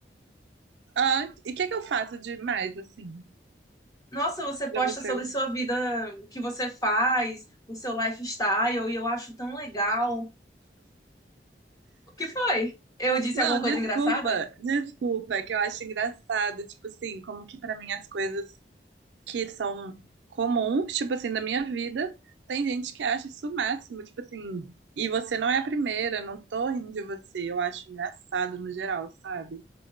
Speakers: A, on the right; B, on the left.
A: Ah, e o que que eu faço de mais assim,
B: Nossa, você posta
A: para você?
B: sobre sua vida, o que você faz, o seu lifestyle, e eu acho tão legal. O que foi? Eu disse
A: Não,
B: alguma coisa
A: desculpa,
B: engraçada?
A: desculpa, é que eu acho engraçado, tipo assim, como que pra mim as coisas que são comuns, tipo assim, da minha vida, tem gente que acha isso o máximo, tipo assim, e você não é a primeira, não tô rindo de você, eu acho engraçado no geral, sabe?